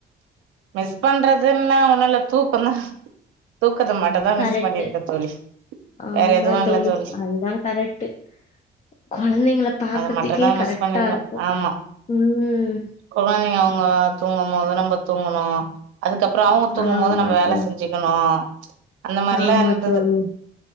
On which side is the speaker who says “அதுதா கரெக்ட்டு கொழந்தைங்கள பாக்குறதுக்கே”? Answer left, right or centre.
Left